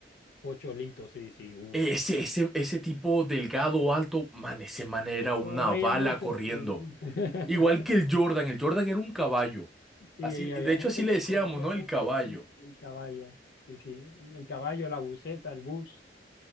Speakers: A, on the left; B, in the centre.
A: Pocholito, sí, sí, uff.
B: Ese, ese, ese tipo delgado, alto, man, ese man era una
A: Corría
B: bala
A: mucho,
B: corriendo.
A: sí. <laughs>
B: Igual que el Jordan, el Jordan era un caballo.
A: Sí,
B: Así, de
A: había
B: hecho,
A: gente
B: así le
A: que
B: decíamos,
A: corría
B: ¿no?
A: mucho,
B: El caballo.
A: sí, el caballo, sí, sí, el caballo, la buseta, el bus,